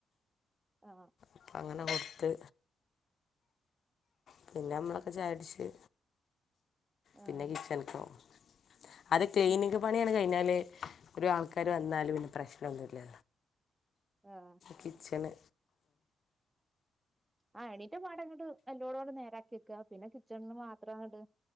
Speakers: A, on the right; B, on the left.
A: ആ
B: അപ്പം അങ്ങനെ കൊടുത്ത് പിന്നെ നമ്മളൊക്കെ ചായ കുടിച്ച് പിന്നെ
A: ആഹ്
B: കിച്ചണക്ക് പോവും അത് ക്ലീനിങ്ങ്
A: ഉം
B: പണിയാണ് കഴിഞ്ഞാല് ഒരു ആൾക്കാാര് വന്നാലും പിന്നെ പ്രശ്നം ഒന്നും ഇല്ല
A: ആഹ്
B: കിച്ചണ്
A: ആ എണീറ്റ പാടങ്ങിട്ട് എല്ലോടടെ നേരാക്കി വക്കാ പിന്നെ കിച്ചണിന് മാത്രങ്ങട്